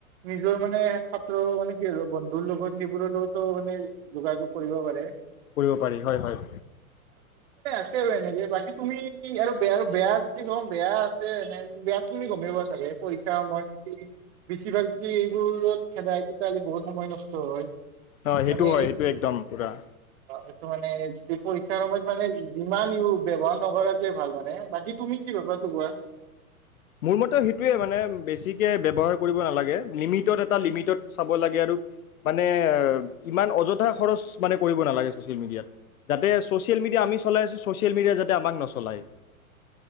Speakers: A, on the right; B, on the left.
A: নিজৰ মানে ছাত্ৰ মানে কি বন্ধুৰ লগত সেইবোৰৰ লগতো মানে যোগাযোগ কৰিব পাৰে।
B: কৰিব পাৰি হয় হয়।
A: ছে আৰু এনেকে বাকী তুমি আৰু বেয়া বেয়া যদি গ'ম বেয়া আছে এনে বেয়া তুমি গমেই পা চাগে পইচা সময় বেছিভাগ যদি এইবোৰত খেদাই তেতিয়াহলে বহুত সময় নষ্ট হয়
B: হয় সেইটো
A: মানে
B: হয় সেইটো একদম পুৰা
A: এইটো মানে, পৰীক্ষাৰ সময়ত, মানে, ইমান ব্যৱহাৰ নকৰাটোৱেই ভাল। মানে, বাকী তুমি কি ভাবা? সেইটো কোৱা।
B: মোৰ মতে, সেইটোৱেই, মানে, বেছিকে ব্যৱহাৰ কৰিব নালাগে। লিমিটত, এটা লিমিটত, চাব লাগে, আৰু মানে ইমান অযথা খৰচ, মানে, কৰিব নালাগে ছচিয়েল মিডিয়াত। যাতে ছচিয়েল মিডিয়া আমি চলাই আছোঁ, ছচিয়েল মিডিয়াই যাতে আমাক নচলায়।